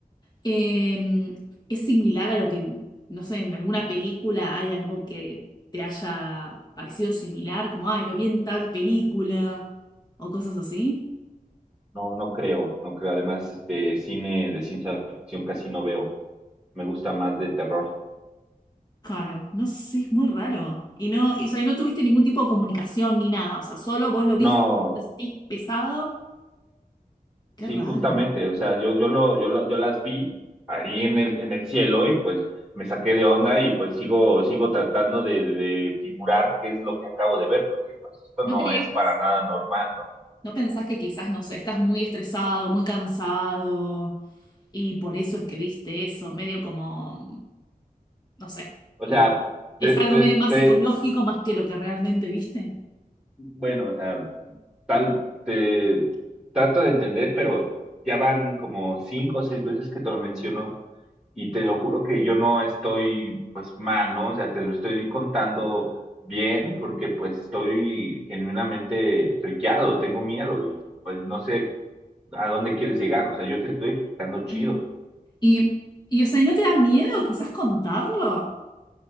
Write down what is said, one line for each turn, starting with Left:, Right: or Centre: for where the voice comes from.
Left: em, ¿es similar a lo que, no sé, en alguna película hay algo que te haya parecido similar? Como, ay, lo vi en tal película o cosas así.
Centre: No, no creo, no creo. Además, este cine de ciencia ficción casi no veo. Me gusta más de terror.
Left: Claro, no sé, es muy raro. Y no, y, o sea, y no tuviste ningún tipo de comunicación ni nada, o sea, solo vos lo viste,
Centre: No,
Left: te sentís pesado. Qué
Centre: Sí,
Left: raro,
Centre: justamente,
Left: ¿no?
Centre: o sea, yo, yo lo, yo lo- yo las vi ahí en el, en el cielo y pues me saqué de onda y pues sigo, sigo tratando de, de- de figurar qué es lo que acabo de ver, porque pues esto
Left: ¿No
Centre: no
Left: crees?
Centre: es para nada normal, ¿no?
Left: ¿No pensás que quizás, no sé, estás muy estresado, muy cansado y por eso es que viste eso, medio como, no sé,
Centre: O
Left: como
Centre: sea, te,
Left: es algo
Centre: te,
Left: medio más
Centre: te,
Left: psicológico más que lo que realmente viste?
Centre: bueno, o sea, tal, te trato de entender, pero ya van como cinco o seis veces que te lo menciono y te lo juro que yo no estoy pues mal, ¿no? O sea, te lo estoy contando bien porque pues estoy genuinamente friqueado, tengo miedo y pues no sé a dónde quieres llegar, o sea, yo te estoy explicando chido,
Left: Sí. Y, y, o sea, ¿y no te da miedo quizás contarlo?